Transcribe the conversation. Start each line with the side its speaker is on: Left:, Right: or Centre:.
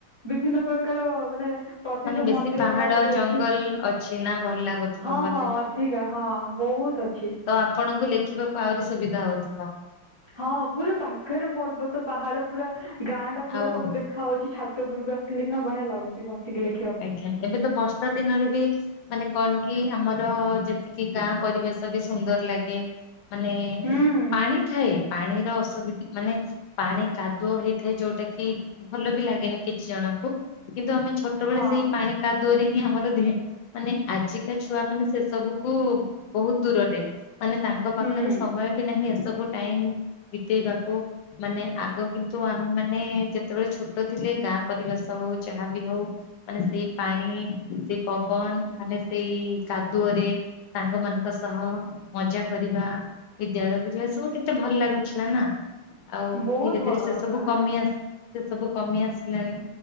Right: ବିଭିନ୍ନ ପ୍ରକାର ମାନେ ପ୍ରସିଦ୍ଧ
Left: ମାନେ ବେଶୀ
Right: ମନ୍ଦିର
Left: ପାହାଡ
Right: ଗୁଡାକ ବି ଅଛି
Left: ଜଙ୍ଗଲ ଅଛି ନା ଭଲ ଲାଗୁଥିବ
Right: ହଁ
Left: ବୋଧେ?
Right: ହଁ ଅଧିକା ହଁ। ବହୁତ ଅଛି।
Left: ତ ଆପଣଙ୍କୁ ଲେଖିବାକୁ ଆଉରି ସୁବିଧା ହଉଥୁବ।
Right: ହଁ ପୁରା ପାଖରେ ପର୍ବତ ପାହାଡ ପୁରା ଗାଁ ଟା ପୁରା
Left: ଆଉ
Right: ସବୁ ଦେ ଖାଉଛି ଛାତ ଉପୁରକୁ ଆସିଲେ କିନା ବଢିଆ ଲାଗୁଛି ବସିଥିଲି।
Left: ଆଜ୍ଞା, ଏବେ ତ ବର୍ଷା ଦିନରେ ବି ମାନେ କଣ କି ଆମର ଯେତିକି ଗାଁ ପରିବେଶ ବି ସୁନ୍ଦର ଲାଗେ। ମାନେ
Right: ହୁଁ
Left: ପାଣି ଥାଏ, ପାଣିର ଅସୁବିଧା ମାନେ ପାଣି କାଦୁଅ ହେଇଥାଏ ଯୋଉଟା କି ଭଲ ବି ଲାଗେନି କିଛି ଜଣଙ୍କୁ। କିନ୍ତୁ ଆମେ ଛୋଟବେଳେ
Right: ହଁ
Left: ସେଇ ପାଣି କାଦୁଅରେ ହିଁ ଆମର ଦେହେ ମାନେ ଆଜିକା ଛୁଆ ମାନେ ସେ ସବୁ କୁ ବହୁତ ଦୂରରେ। ମାନେ ତାଙ୍କ ପାଖରେ
Right: ହୁଁ
Left: ସମୟ ବି ନାହିଁ ଏସବୁ ଟାଇମ୍ ବିତେଇବାକୁ। ମାନେ ଆଗ କିନ୍ତୁ ଆମେ ମାନେ ଯେତେବେଳେ ଛୋଟ ଥିଲେ। ଗାଁ ପରିବେଶ ହଉ ଯାହାବି ହଉ ମାନେ ସେଇ ପାଣି ସେଇ ପବନ ମାନେ ସେଇ କାଦୁଅରେ। ସାଙ୍ଗ ମାନଙ୍କ ସହ ମଜା କରିବା। ବିଦ୍ୟାଳୟକୁ ଯିବା ସବୁ କେତେ ଭଲ ଲାଗୁଥିଲା ନା? ଆଉ
Right: ବହୁତ
Left: ଧୀରେ
Right: ଭଲ
Left: ଧୀରେ
Right: ଲାଗୁଥିଲା
Left: ସେ ସବୁ କମି ଆସ ସେ ସବୁ କମି ଆସିଲାଣି।